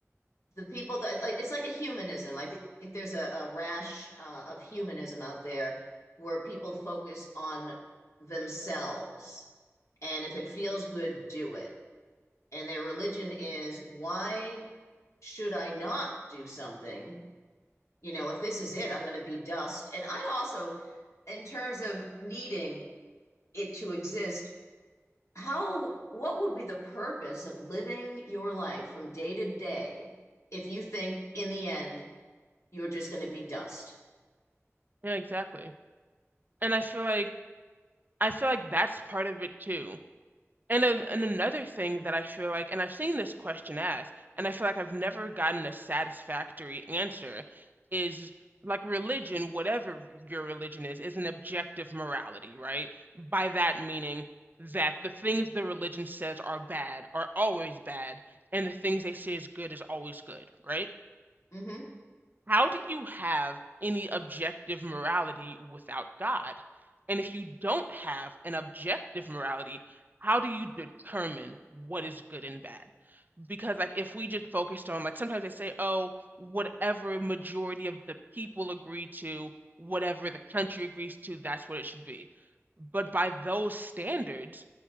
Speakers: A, on the left; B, on the right.
A: the people that like, it's like a humanism. I think, I think there's a, a rash uh, of humanism out there where people focus on themselves. And if it feels good, do it. And their religion is why should I not do something? You know, if this is it, I'm going to be dust. And I also, in terms of needing it to exist, how, what would be the purpose of living your life from day to day if you think in the end you're just going to be dust?
B: Yeah, exactly. And I feel like I feel like that's part of it too And then and another thing that I feel like, and I've seen this question asked, and I feel like I've never gotten a satisfactory answer, is like religion, whatever your religion is, is an objective morality, right? By that meaning that the things the religion says are bad are always bad, and the things they say is good is always good, right?
A: hmm
B: How do you have any objective morality without God? And if you don't have an objective morality, how do you determine what is good and bad? Because like if we just focused on like sometimes they say, oh, whatever majority of the people agree to, whatever the country agrees to, that's what it should be. But by those standards,